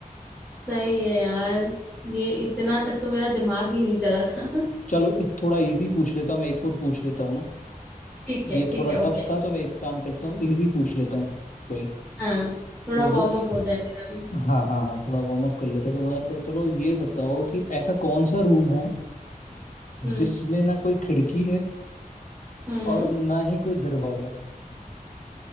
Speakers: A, in the centre; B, on the left (about 60°).
A: सही है यार ये इतना तक तो मेरा दिमाग ही नहीं चला था <laughs>
B: चलो इस थोड़ा इजी पूछ लेता हूँ मैं एक और पूछ लेता हूँ ना
A: ठीक है
B: ये
A: ठीक
B: थोड़ा
A: है
B: टफ
A: ओके
B: था तो मैं एक काम करता हूँ इजी पूछ लेता हूँ कोई
A: हाँ थोड़ा
B: तो ब...
A: वार्म अप हो जाए मेरा भी
B: हाँ हाँ हाँ थोड़ा वार्म अप कर लेते हैं तुम्हारा तो चलो ये बताओ कि ऐसा कौन सा रूम है
A: हम्म
B: जिसमें ना कोई खिड़की है
A: हम्म
B: और ना ही कोई दरवाजा